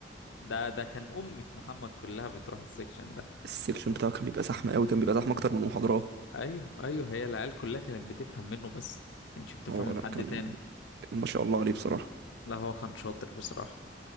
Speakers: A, on the left; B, on the right.
A: ده ده كان أمة محمد كلها بتروح السكشن ده
B: السكشن بتاعه كان بيبقى زحمه قوي كان بيبقى زحمه اكتر من المحاضرات
A: أيوه أيوه هي العيال كلها كانت بتفهم منه بس كانتش بتفهم
B: هو
A: من
B: لا
A: حد
B: كان
A: تاني
B: ما شاء الله عليه بصراحه
A: لا هو كان شاطر بصراحة